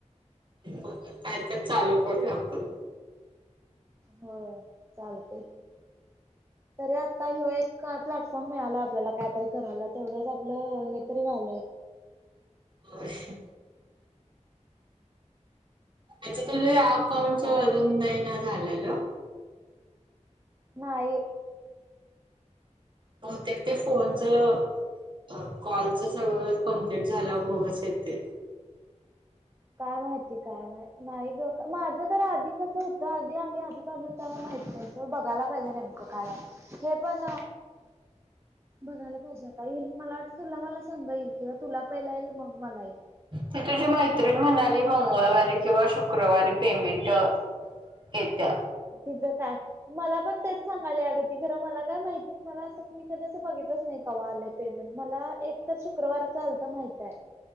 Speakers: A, on the right (about 40°); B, on the right (about 20°).
A: काय तर चालू करूया आपण.
B: होय चालतय की तरी आता ह्यो एक प्लॅटफॉर्म मिळाला आपल्याला कायतरी करायला तेवढंच आपलं हे तरी व्हायलय. <inaudible>
A: अशा अजकल अकाउंटच
B: आणि काय
A: अजून नाही ना झालेलं
B: नाही.
A: बहुतेक ते फोन चं. अ कॉलच सगळं कम्प्लीट झाल्यावर मगच येतंय
B: <unintelligible> काय माहिती काय माहि नाही ग माझं तर आधी कसं होतं आधी आम्ही आधी कालून माहित नाही प बघायला पाहिजे नेमकं काय हे पण बघायला पाहिजे आता येईल मला वाटतं तुला मला संग येईल. किंवा तुला पहिला येईल मग मला येईल.
A: ती तुझी मैत्रिण म्हणाली मंगळवारी किंवा शुक्रवारी पेमेंट येत्या.
B: तिचं काय मला पण तेच सांगाले अग त खरं मला काय माहिती मला अस मी कध अस बघितलं. कवा आलंय पेमेंट मला एक तर शुक्रवार च आलत माहित आहे.